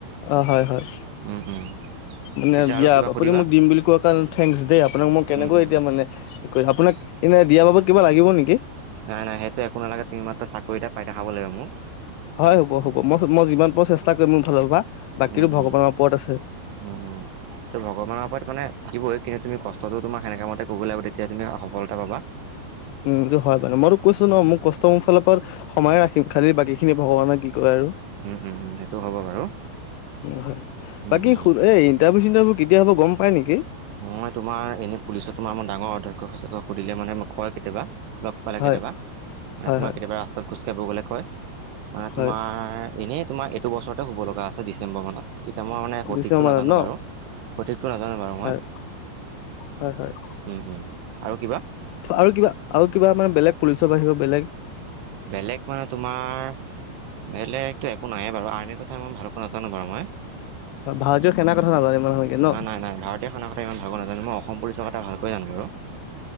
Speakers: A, on the left; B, on the right.
A: অঁ হয়, হয়।
B: উম, উম।
A: মানে
B: পিছে
A: দিয়া
B: আৰু কিবা
A: আপুনি
B: সুধিবা?
A: মোক দিম বুলি কোৱা কাৰণে থেংকিউ দেই আপোনাক মই কেনেকৈ
B: উম, উম,
A: এতিয়া মানে কি কম আপোনাক এনে দিয়াৰ বাবদ কিবা লাগিব নেকি?
B: নাই নাই সেইটো একো নালাগে তুমি মাত্ৰ চাকৰি এটা পাই দেখাব লাগে মোক।
A: হয়, হ'ব, হ'ব মই মই যিমান পাৰো চেষ্টা কৰিম মোৰ ফালৰ পৰা। বাকীতো
B: উম,
A: ভগৱানৰ
B: উম,
A: ওপৰত আছে
B: উম, উম, ত' ভগৱানৰ ওপৰত মানে থাকিবয়ে। কিন্তু তুমি কষ্টটো তোমাৰ সেনে কামতে কৰিব লাগিব। তেতিয়া তুমি সফলতা পাবা।
A: উম, এইটো হয় মানে মইতো কৈছো ন
B: উম,
A: মোৰ
B: উম,
A: কষ্ট মোৰ ফালৰ পৰা সময়ে ৰাখিম। খালি বাকী খিনি ভগৱানৰ কি কয় আৰু,
B: উম, উম, উম, সেইটো হ'ব বাৰু।
A: হয়
B: উম,
A: বাকী
B: উম,
A: এই ইন্টাৰভিউ চিন্টাৰভিউ কেতিয়া হ'ব গম পাই নেকি?
B: মই তোমাৰ এনেই পুলিচত তোমাৰ ম ডাঙৰ অধ্যক্ষকে সুধিলে মানে মোক কয় কেতিয়াবা লগ পালে
A: হয়
B: কেতিয়াবা নাই
A: হয়
B: তোমাৰ
A: হয়
B: কেতিয়াবা ৰাস্তাত খোজকাঢ়িব গ'লে কয়। মানে
A: হয়
B: তোমাৰ এনেই তোমাৰ এইটো বছৰতে হুব লগা আছে ডিচেম্বৰ মানত। এতিয়া মই মানে সঠিকটো
A: ডিচেম্বৰত
B: নেজানো
A: ন
B: বাৰু সঠিকটো নেজানো বাৰু
A: হয়
B: মই
A: হয় হয়।
B: উম, উম। আৰু কিবা
A: আৰু কিবা আৰু কিবা মানে বেলেগ পুলিচৰ বাহিৰেও বেলেগ
B: বেলেগ মানে তোমাৰ বেলেগতো এক শুনা নাই বাৰু আইনেৰ কথা মই ভালকৈ নাজানো বাৰু মই
A: ভাৰতীয় সেনাৰ কথা নাজানিম ভালকে ন
B: না নাই নাই ভাৰতীয় সংবিধানতে ইমান ভালকৈ নেজানো মই অসম পুলিচৰ কথা ভালকৈ জানো বাৰু